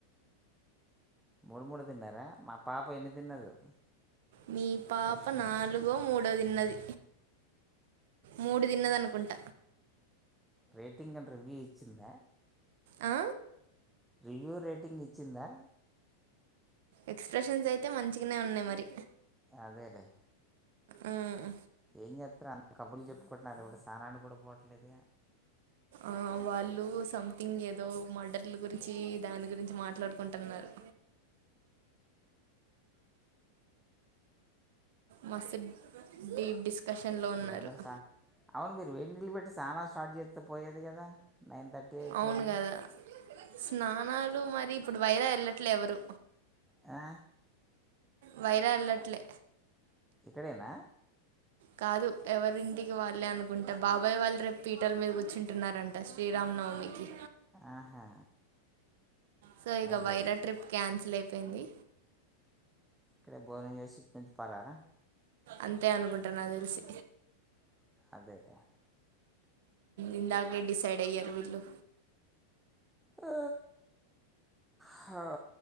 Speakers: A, in the centre; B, on the right (about 65°).
A: మూడు మూడు తిన్నారా మా పాప ఎన్ని తిన్నదో
B: మీ పాప
A: వర్షిణి
B: నాలుగో మూడో తిన్నది మూడు తిన్నదను ఉంట
A: రేటింగ్ అండ్ రివ్యూ ఇచ్చిందా
B: ఆ
A: రివ్యూ రేటింగ్ ఇచ్చిందా
B: ఎక్స్ప్రెషన్స్ అయితే మంచిగానే ఉన్నాయి మరి
A: అదేలే
B: ఉమ్.
A: ఏం చేతున్నారు కాబ్రులు చెప్పుకుంటున్నారు ఎవిడు స్నానానీకకి కూడా పోవట్లేదు
B: ఆ వాళ్ళు సంథింగ్ ఏదో మర్డర్ల గురించి దాని గురించి మాట్లాడుకుంటున్నారు మాసే డీప్ డిస్కషన్లో
A: వీళ్ళందరసా
B: ఉన్నారు
A: అవును మీరు వేడిళ్ళు పెట్టి సానా స్టార్ట్ చేస్తూ పోయేది కదా నైన్ థర్టీ అయిపోయింది
B: అవును కదా స్నానాలు మరి ఇప్పుడు వైరా వెళ్ళట్లే ఎవరు
A: ఆ
B: వైరా ఎళ్లట్లే
A: ఇక్కడేనా
B: కాదు ఎవరింటికి వాళ్ళే అనుకుంటే బాబాయ్ వాళ్ళు రేపు పీటల మీద కూర్చుంటున్నారంట శ్రీ రామనవమి కీ
A: ఆహా
B: సో ఇక
A: అదేలే
B: వైరా ట్రిప్ క్యాన్సిల్ అయిపోయింది
A: ఇక్కడే భోజనం చేసి ఇటు నుంచి పరరా
B: అంతే అనుకుంట నక్ తెలిసి
A: అదేలే
B: ఇందాగే డిసైడ్ అయ్యారు వీళ్ళు
A: ఆ హ